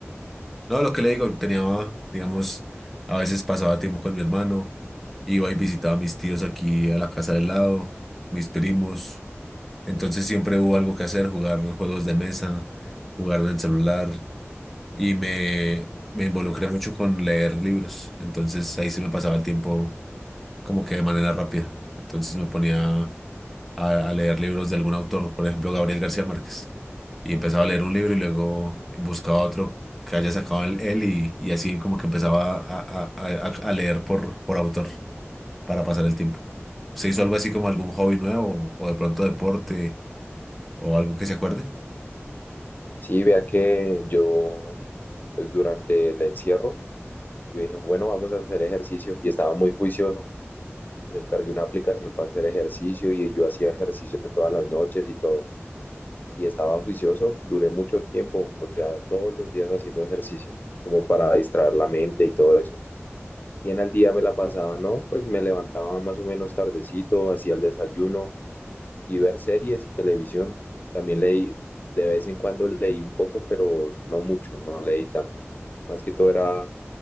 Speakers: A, in the centre; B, on the left (about 40°).
A: No, lo que le digo, tenía, digamos, a veces pasaba tiempo con mi hermano, iba y visitaba a mis tíos aquí a la casa del lado, mis primos. Entonces siempre hubo algo que hacer, jugar juegos de mesa, jugar en el celular y me, me involucré mucho con leer libros. Entonces ahí sí me pasaba el tiempo como que de manera rápida. Entonces me ponía a, a leer libros de algún autor, por ejemplo Gabriel García Márquez. Y empezaba a leer un libro y luego buscaba otro que haya sacado el- él y, y así como que empezaba a, a- a- a leer por, por autor para pasar el tiempo. ¿Se hizo algo así como algún hobby nuevo o de pronto deporte o algo que se acuerde?
B: Sí, vea que yo, pues durante el encierro, yo dije, bueno, vamos a hacer ejercicio y estaba muy juicioso. Descargué una aplicación para hacer ejercicio y yo hacía ejercicio todas las noches y todo. Y estaba juicioso, duré mucho tiempo, o sea, todos los días haciendo ejercicio, como para distraer la mente y todo eso. Y en el día me la pasaba, ¿no? Pues me levantaba más o menos tardecito, hacía el desayuno y ver series y televisión. También leí, de vez en cuando leí un poco, pero no mucho, no leí tanto. Más que todo era